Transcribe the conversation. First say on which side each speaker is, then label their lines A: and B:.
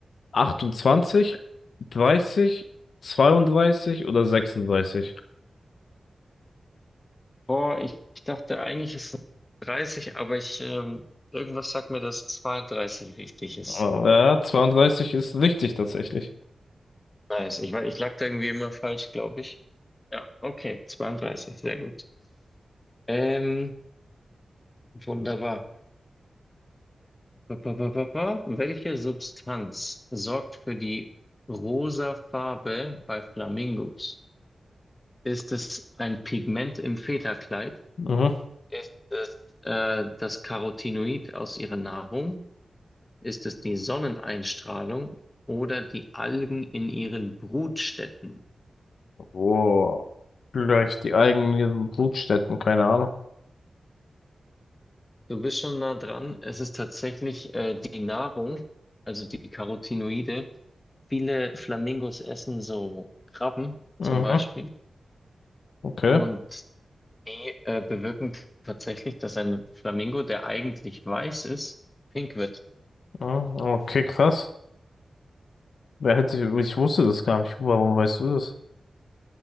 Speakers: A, on the left; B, on the left.
A: 28, 30, 32 oder 36?
B: Boah, ich, ich dachte eigentlich ist es 30, aber ich, ähm, irgendwas sagt mir, dass 32 richtig ist.
A: Oh, Ja, zweiunddreißig ist richtig tatsächlich.
B: Nice. Ich, war- ich lag da irgendwie immer falsch, glaube ich. Ja, okay, 32, sehr gut. Ähm, wunderbar. Pa- pa- pa- pa- pa. Welche Substanz sorgt für die rosa Farbe bei Flamingos? Ist es ein Pigment im Federkleid?
A: Mhm.
B: Ist es äh, das Carotinoid aus ihrer Nahrung? Ist es die Sonneneinstrahlung oder die Algen in ihren Brutstätten?
A: wow. Vielleicht die eigenen Brutstätten, keine Ahnung.
B: Du bist schon nah dran. Es ist tatsächlich äh, die Nahrung, also die Carotinoide. Viele Flamingos essen so Krabben
A: Mhm.
B: zum Beispiel.
A: Okay.
B: Und die äh, bewirken tatsächlich, dass ein Flamingo, der eigentlich weiß ist, pink wird.
A: Mhm, Okay, krass. Wer hätte, ich wusste das gar nicht. Warum weißt du das?